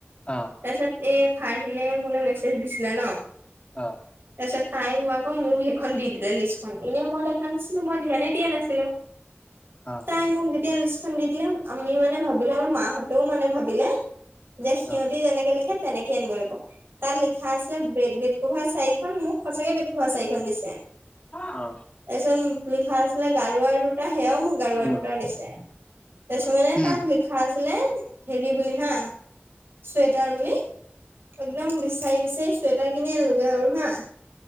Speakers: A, on the left (about 30°); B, on the right (about 60°).
A: অ',
B: তাপিছত এই ফাৰহিলে মোলে মেচজ দিছিলে ন।
A: অ',
B: তাছত তাই মোক আকৌ মোক সেইখন দি দিলে লিষ্টখন। এনেই মই দেখা নাছিলো। মই ধ্যানে <unintelligible> নাছিলো
A: অ',
B: তাই মোক যেতিয়া লিষ্ট খন দি দিলে আমি মানে ভাবিলো, আমাৰ মাহঁতেও মানে ভাবিলে যে সিহঁতি
A: অ',
B: যেনেকে লিখে তেনেকে আনিব লাগিব। তাত লিখা আছিলে বেদ বেদ কভাৰ চাৰি খন মোক সঁচাকে বেদ কভাৰ চাৰিখন দিছে।
A: অ',
B: তাছত লিখা আছিলে গাৰুৱাৰ দুটা। সেয়াও মোক গাৰুৱাৰ
A: উম,
B: দুটা দিছে। তাছত মানে
A: উম,
B: তাত লিখা আছিলে হেৰি বুলি হা চুৱেটাৰ বুলি। একদম বিচাৰি বিচাৰি চুৱেট টাৰ কিনি আনিলোগে আৰু হা।